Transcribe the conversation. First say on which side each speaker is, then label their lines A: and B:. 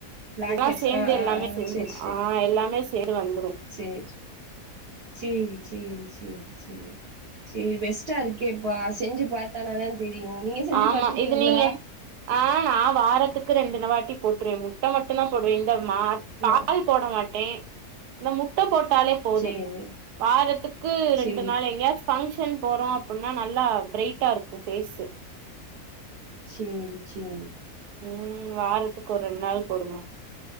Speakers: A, on the right; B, on the right.
A: black
B: இதா
A: ஹெட்ஸ்
B: சேர்ந்து
A: ஆ
B: எல்லாமே
A: ஆ ஆ
B: சேர்ந்து
A: சேரி
B: ஆ எல்லாமே சேர் <inaudible> வந்துடு
A: ஏஜ் சேரி சேரி சேரி சேரி சேரி ஃபெஸ்ட்டா இருக்கேப்பா செஞ்சு பாத்தானாதா தெரியு நீங்க செஞ்சு
B: ஆமா
A: பாத்திருக்கீங்ளா?
B: இது நீங்க ஆ நா வாரத்துக்கு ரெண்டுண வாட்டி போட்டுருவே முட்ட மட்டுந்தா போடுவேன் இந்த மா பால்
A: நோ
B: போட மாட்டே இந்த முட்ட போட் டாலே போது
A: சேரி
B: வாரத்துக்கு
A: சேரி
B: ரெண்டு நாள் எங்கேயாச்சு ஃபங்க்ஷன் போறோ அப்டின்னா நல்லா பிரைட்டா இருக்கு ஃபேஸு
A: செரி செரி
B: ம் வாரத்துக்கு ஒர் ரெண்டு நாள் போடுங்க